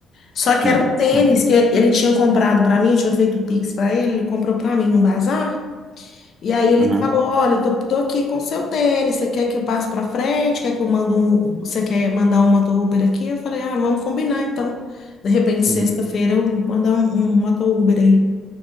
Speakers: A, on the left; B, on the right.
A: Só
B: assim.
A: que era um tênis
B: <clears throat>
A: que ele tinha comprado pra mim, eu tinha feito Pix pra ele, ele comprou pra mim num bazar. E aí ele
B: Aham,
A: falou, olha, eu tô, tô aqui com o seu tênis, você quer que eu passe para frente? Quer que eu mando um, você quer mandar um moto Uber aqui? Eu falei, ah, vamos combinar então. De repente,
B: uhum,
A: sexta-feira eu mandar um, um moto Uber aí.